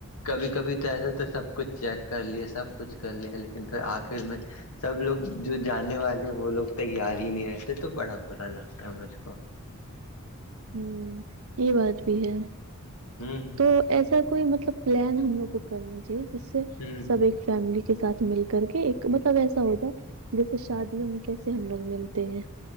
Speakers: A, on the left (about 80°); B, on the right (about 75°).
A: کبھی کبھی تو ایسے تو سب کچھ چیک کر لیا سب کچھ کر لیا لیکن پھر آخر میں سب لوگ جو جانے والے وہ لوگ تیار ہی نہیں رہتے تو بڑا برا لگتا ہے مجھ کو
B: ہوں یہ بات بھی ہے
A: ہوں
B: تو ایسا کوئی مطلب پلان ہم لوگ کو کرنا چاہیے جس سے
A: ہ
B: سب ایک فیملی کے ساتھ مل کر کے ایک مطلب ایسا ہو جائے جیسے شادیوں میں کیسے ہم لوگ ملتے ہیں